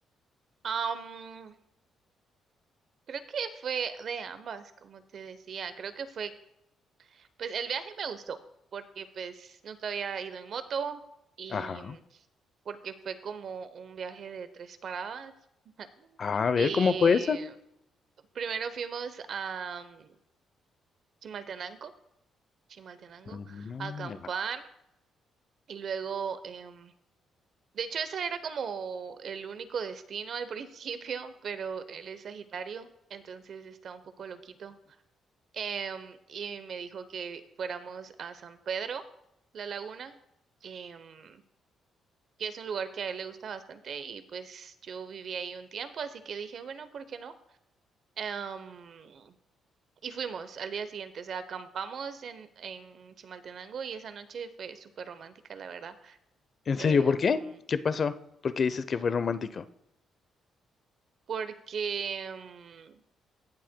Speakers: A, on the right (about 60°); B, on the left (about 45°).
A: Am, creo que fue de ambas, como te decía, creo que fue Pues el viaje me gustó porque pues nunca había ido en moto y
B: Ajá.
A: mm, porque fue como un viaje de tres paradas. <laughs>
B: A ver,
A: Eh,
B: ¿cómo fue eso?
A: primero fuimos a mm, Chimaltenango, Chimaltenango,
B: Mm,
A: a acampar
B: ya.
A: y luego, em, de hecho ese era como el único destino al <laughs> principio, pero él es Sagitario, entonces está un poco loquito Em, y me dijo que fuéramos a San Pedro, la laguna, em, que es un lugar que a él le gusta bastante y pues yo viví ahí un tiempo, así que dije, bueno, ¿por qué no? Em, y fuimos al día siguiente, o sea, acampamos en, en Chimaltenango y esa noche fue súper romántica, la verdad,
B: ¿En serio?
A: Em,
B: ¿Por qué? ¿Qué pasó? ¿Por qué dices que fue romántico?
A: porque, em,